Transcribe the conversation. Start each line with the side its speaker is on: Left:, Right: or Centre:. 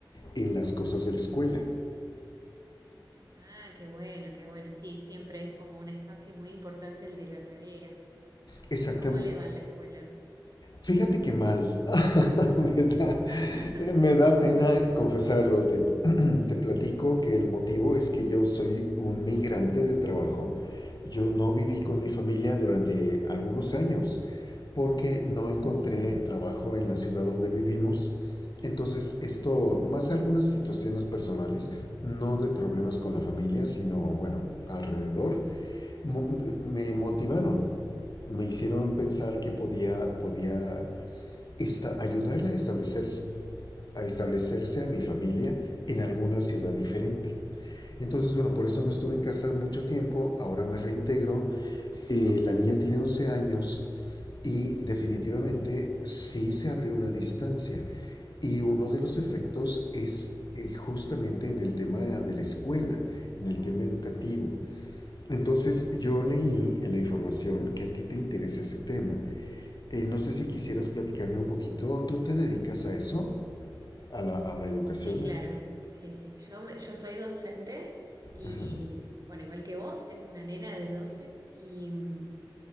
Left: en las cosas de la escuela.
Right: Ah, qué bueno, qué bueno. Sí, siempre es como un espacio muy importante el de la tarea.
Left: Exacta-
Right: ¿Y cómo le va en la escuela?
Left: Fíjate que mal. <laughs> Me da,
Right: <laughs>
Left: me da pena confesarlo. Te, <clears throat> te platico que el motivo es que yo soy un migrante de trabajo. Yo no viví con mi familia
Right: Mm,
Left: durante algunos años porque no encontré trabajo en la ciudad donde vivimos. Entonces, esto, más algunas situaciones personales, no de problemas con la familia, sino, bueno, alrededor, mo- me
Right: ujú,
Left: motivaron me hicieron pensar que podía, podía esta, ayudarla a establecerse, a establecerse a mi familia en alguna ciudad diferente. Entonces, bueno, por eso no estuve en casa mucho tiempo, ahora me reintegro. Eh, la niña tiene 11 años y definitivamente sí se abrió una distancia. Y uno de los efectos
Right: Claro.
Left: es eh, justamente en el tema de la escuela, en el tema educativo. Entonces yo leí en la información que a ti te interesa ese tema. Eh, no sé si quisieras platicarme un poquito, ¿tú te dedicas a eso? a la, a la educación.
Right: Sí, claro. Sí, sí. Yo, me- yo soy docente y,
Left: Ajá.
Right: bueno, igual que vos, tengo una nena de 12 y, mm,